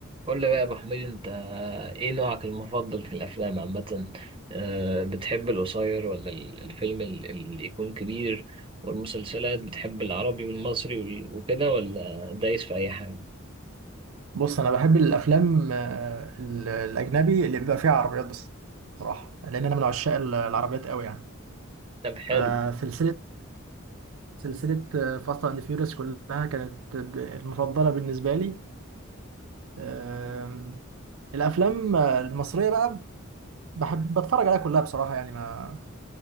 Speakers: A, on the right; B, on the right.
A: قول لي بقى يا ابو حميد انت ايه نوعك المفضل في الافلام عامه أه بتحب القصير ولا ال- الفيلم ال- اللي يكون كبير والمسلسلات بتحب العربي والمصري وال- وكده ولا دايس في اي حاجه
B: بص انا بحب الافلام آه، ال- الاجنبي اللي بيبقى فيها عربيات بس بصراحه لان انا من عشاق ال- العربيات قوي يعني
A: طب حلو
B: فسلسله سلسله فاست اند فيوريوس كلها كانت ب- المفضله بالنسبه لي آم، الافلام آه، المصريه بقى بحب بتفرج عليها كلها بصراحه يعني ما